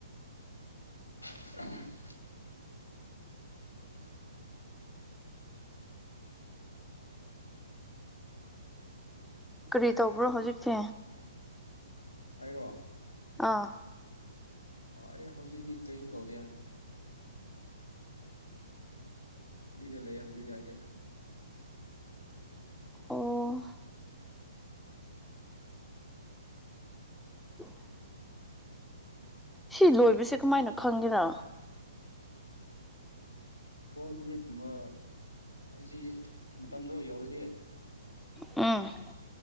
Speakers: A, on the left; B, in the centre.
A: <unintelligible>
B: ꯀꯔꯤ ꯇꯧꯕ꯭ꯔꯣ ꯍꯧꯖꯤꯛꯁꯦ
A: ꯑꯩꯔꯣ
B: ꯑꯥ
A: ꯑ ꯍꯧꯖꯤꯗꯤ ꯀꯩꯁꯨ ꯇꯧꯗꯦ ꯐ꯭ꯔꯤꯗ ꯂꯩꯌꯦ ꯍꯧꯖꯤꯛꯇꯤ ꯑꯩꯗꯤ
B: ꯑꯣ <inaudible> ꯁꯤ ꯂꯣꯏꯕꯁꯦ ꯀꯃꯥꯏꯅ ꯈꯪꯒꯦꯔꯥ
A: ꯐꯣꯔ ꯃꯤꯅꯤꯠ ꯀꯨꯝꯕ ꯑꯁꯤ ꯃꯇꯝꯗꯣ ꯌꯧꯔꯗꯤ
B: ꯑ